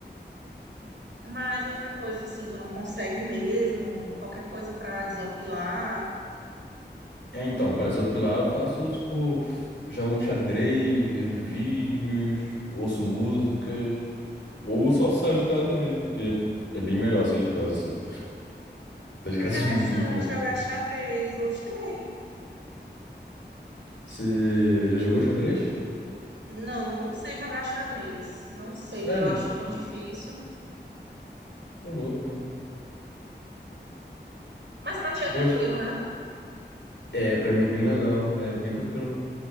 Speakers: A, on the right (about 90°); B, on the left (about 85°).
A: Mas outra coisa assim, tu não consegue mesmo, qualquer coisa pra desopilar.
B: Ah, então, pra desopilar eu faço, tipo, jogo um xadrez, vejo vídeos, ouço músicas, ou só saio de casa mesmo, que é bem melhor sair de casa, sabe? Sair de casa
A: Interessante
B: <laughs> é muito, muito bom.
A: jogar xadrez, gostei.
B: Você já jogou xadrez?
A: Não, eu não sei jogar xadrez. Não sei,
B: Sério?
A: eu acho tão difícil.
B: Ô, louco.
A: Mas pra ti é
B: Jogar
A: tranquilo,
B: x-
A: né?
B: É, pra mim é bem legal, é bem tranquilo